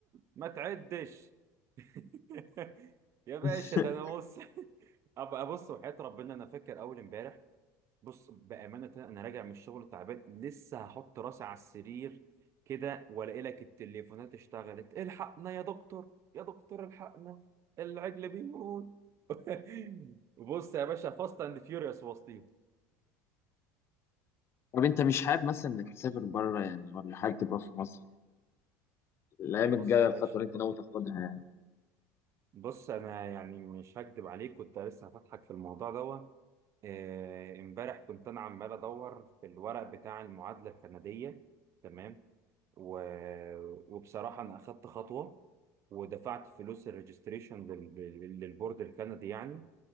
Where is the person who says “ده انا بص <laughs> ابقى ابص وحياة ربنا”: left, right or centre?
Right